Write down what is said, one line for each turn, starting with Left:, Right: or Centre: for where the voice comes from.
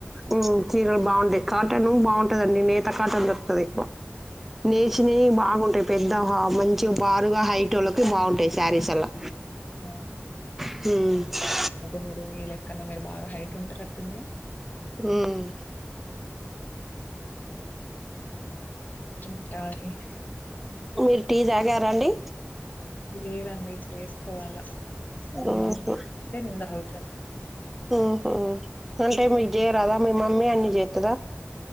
Centre: ఉహ్మ్ చీరలు బాగుంటాయి. కాటన్ బాగుంటదండి. నేత కాటన్ దొరుకుతది ఎక్కువ నేచినాయి బాగుంటాయి. పెద్ద వ మంచి బారుగా హైటోళ్ళకి బాగుంటాయి. శారీస్ అల్లా
Left: ఆ
Centre: ఉహ్మ్
Left: అయితే మీరు ఈ లెక్కన్నా. మీరు బాగా హైట్ ఉంటారు అట్టుందిగా.
Centre: ఉహ్మ్
Left: <unintelligible>
Centre: కూల్ టీ తాగారండి
Left: లేదండి చేస్ పోవాల <unintelligible>
Centre: ఉహు
Left: మంద తగుతమ్
Centre: ఉహ అంటే మీకు చేయరాదా మీ మమ్మీ అన్ని చేస్తుదా